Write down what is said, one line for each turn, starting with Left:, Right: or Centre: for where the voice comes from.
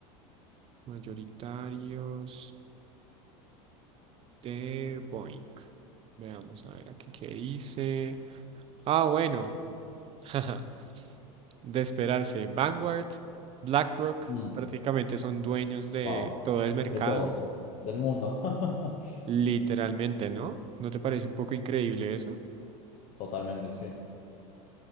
Right: mayoritarios de Boeing. Veamos, a ver, aquí qué dice. Ah, bueno, <laughs> de esperarse. Vanguard, BlackRock,
Left: Mm,
Right: prácticamente son dueños de
Left: wow,
Right: todo el mercado,
Left: de todo, del mundo. <laughs>
Right: literalmente, ¿no? ¿No te parece un poco increíble eso?
Left: Totalmente, sí.